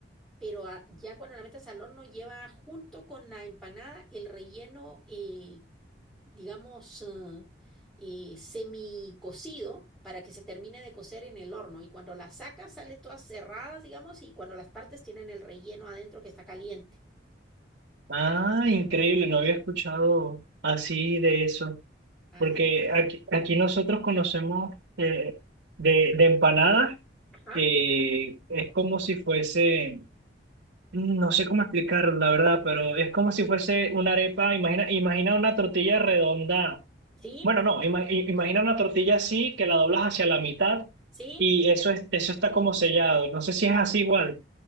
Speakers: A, in the centre; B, on the right.
A: Pero a- ya cuando la metes al horno lleva junto con la empanada el relleno, eh, digamos, eh, eh, semi para que se termine de cocer en el horno. Y cuando las sacas, salen todas cerradas, digamos, y cuando las partes tienen el relleno adentro que está caliente.
B: Ah, increíble, no había escuchado así de eso,
A: Ah,
B: porque aquí, aquí nosotros conocemos eh, de, de empanadas,
A: Ajá,
B: eh, es como si fuese Mm, No sé cómo explicarlo, la verdad, pero es como si fuese una arepa. Imagina, imagina una tortilla redonda.
A: sí,
B: Bueno, no, ima- i- imagina una tortilla así que la doblas hacia la mitad
A: sí,
B: y eso es, eso está como sellado. No sé si es así igual.